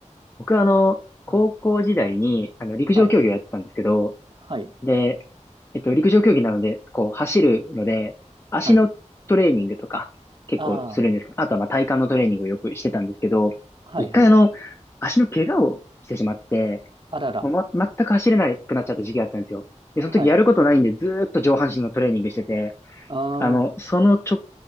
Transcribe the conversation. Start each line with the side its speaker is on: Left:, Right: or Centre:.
Left: 僕はあの、高校時代に、
Right: は
Left: あの、陸上競技をやってたんですけど、
Right: い。はい。
Left: で、えっと、陸上競技なので、こう、走るので、足のトレーニングとか、
Right: はい。
Left: 結構するんですけど、
Right: あ
Left: あとはまあ体幹のトレーニングをよくしてたんですけど、
Right: あー。はい。
Left: 一回あの、
Right: はい。
Left: 足の怪我をしてしまって、
Right: あらら。
Left: ま、ま全く走れなくなっちゃった時期があったんですよ。で、
Right: はい。
Left: その時やることないんで、ずーっと上半身のトレーニングしてて、
Right: ああ。
Left: あの、そのちょ、